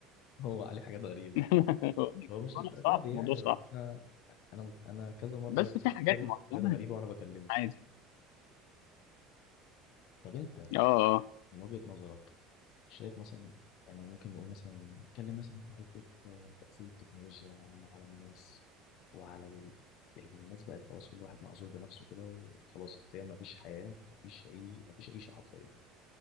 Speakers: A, on the left; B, on the left.
A: هو عليه حاجات غريبة
B: <laughs> بقول لك
A: هو مش
B: الموضوع
A: للدرجة
B: صعب
A: دي يعني
B: الموضوع صعب
A: بس أنا أنا أنا كذا مرة
B: بس في حاجات
A: يغلط
B: معينة
A: في حاجات غريبة وأنا بكلمه
B: عادي
A: طب أنت
B: اه اه
A: من وجهة نظرك شايف مثلا يعني ممكن نقول مثلا نتكلم مثلا في حتة آه، تأثير التكنولوجيا عم- على الناس وعلى ال... الناس بقت خلاص كل واحد معزول بنفسه كده وخلاص حرفيا ما فيش حياة ما فيش أي ما فيش عيشة حرفيا